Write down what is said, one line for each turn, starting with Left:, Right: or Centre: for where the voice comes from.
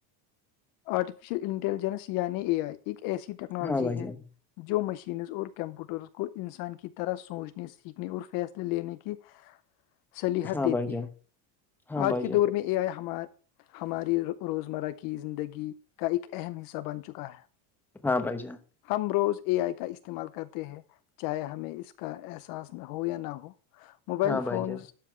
Left: آرٹیفیشیل انٹیلیجنس یعنی اے آئی ایک ایسی ٹیکنالوجی
Centre: ہاں بھائی
Left: ہے
Centre: جان
Left: جو مشینز اور کمپیوٹرس کو انسان کی طرح سوچنے سیکھنے اور فیصلے لینے کے
Centre: <inaudible>
Left: سلیحت
Centre: ہاں
Left: دیتی
Centre: بھائی جان
Left: ہے
Centre: ہاں
Left: آج
Centre: بھائی
Left: کے
Centre: جان
Left: دور میں اے آئی ہمار ہماری روزمرہ کی زندگی کا ایک اہم حصہ بن چکا ہے
Centre: ہاں بائی جے
Left: ہم روز اے آئی کا استعمال کرتے ہیں چاہے ہمیں اس کا احساس ہو یا نہ ہو موبائل
Centre: ہاں بھائی
Left: فونز
Centre: جان